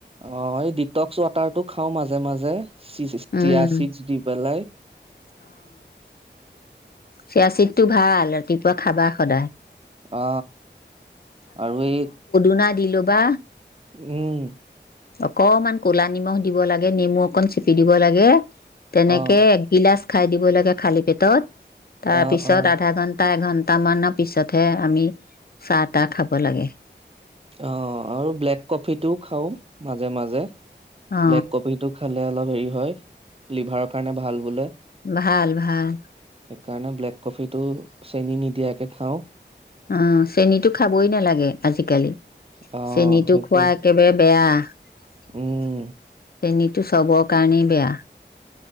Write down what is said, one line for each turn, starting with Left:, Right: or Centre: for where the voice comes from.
Right: অ এই ডিটক্স ৱাটাৰটো খাও মাজে মাজে চ চিয়া
Left: উম
Right: চিডছ দি পেলাই
Left: চৰা চিতটো ভাল ৰাতিপুৱা খাবা সদায়
Right: অ আৰু এই
Left: শুনা দিলো বা
Right: উম
Left: অকণমান ক'লা নিমখ দিব লাগে নেমু অকণ চেপি দিব লাগে তেনেকে
Right: অ',
Left: একগিলাচ খাই দিব লাগে খালী পেটত তাৰ
Right: অ',
Left: পিছত
Right: অ'।
Left: আধা ঘন্টা এঘন্টা সট মানৰ পিছতহে আমি চাহ তাহ খাব লাগে
Right: অ আৰু ব্লেক কফিিতটো খাও মাজে মাজে
Left: অ
Right: ব্লেক কপ টো খালে অলপ হেৰি হয় লিভাৰৰ কাৰণে ভাল বোলে
Left: ভাল ভাল
Right: সেইকাৰণে ব্লেক কফিটো চেনিী নিদিয়াকে খাওঁ
Left: অ চেনীতো খাবই নালাগে আজিকালি
Right: অ
Left: চেনীতো
Right: সেইটোৱে
Left: খোৱা একেবাৰে বেয়া উ
Right: উম
Left: চেনী তটো চবৰ কাৰণেই বেয়া